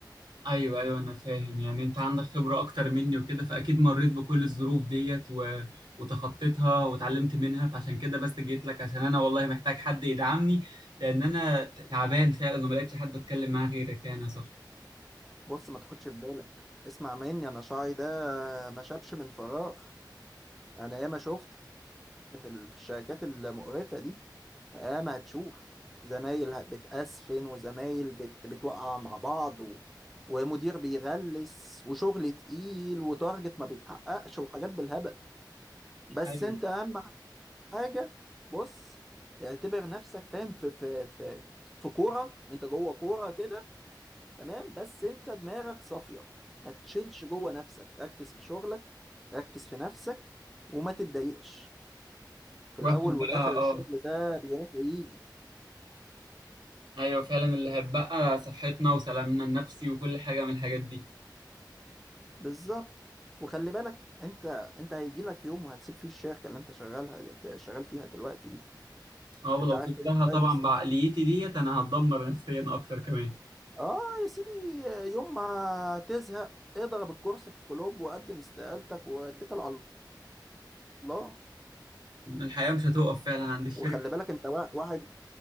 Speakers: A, on the right; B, in the centre.
A: ايوه ايوه انا فاهم يعني انت عندك خبرة اكتر مني وكده فاكيد مريت بكل الظروف ديت و... وتخطيتها واتعلمت منها فعشان كده بس جيت لك عشان انا والله محتاج حد يدعمني لان انا تعبان فعلا وما لقيتش حد اتكلم معاه غيرك يعني يا صاحبي
B: بص ما تاخدش في بالك اسمع مني انا شعري ده ما شابش من فراغ انا ياما شفت في ال- في الشركات المقرفة دي اه ما هتشوف زمايل ه- بتأسفن وزمايل بت... بتوقع مع بعض و... ومدير بيغلس وشغل تقيل وتارجت ما بيتحققش وحاجات بالهبل بس
A: ايوه
B: انت اهم حاجة بص اعتبر نفسك فاهم في في في في كورة انت جوه كورة كده تمام بس انت دماغك صافية ما تشيلش جوه نفسك ركز في شغلك ركز في نفسك وما تتضايقش في
A: واخد
B: الاول والاخر
A: بقى اه
B: الشغل ده بيروح ويجي
A: ايوه فعلا اللي هتبقى صحتنا وسلامنا النفسي وكل حاجة من الحاجات دي
B: بالظبط وخلي بالك انت انت هيجي لك يوم وهتسيب فيه الشركه اللي انت شغالها شغال فيها دلوقتي دي
A: اه ولو
B: انت عارف
A: سبتها
B: كده كويس
A: طبعا بعقليتي ديت انا هتدمر نفسيا اكتر كمان
B: اه يا سيدي يوم ما تزهق اضرب الكرسي في الكلوب وقدم استقالتك واتكل على الله
A: الحياة مش هتوقف فعلا عند الشركة
B: وخلي بالك انت وا- واحد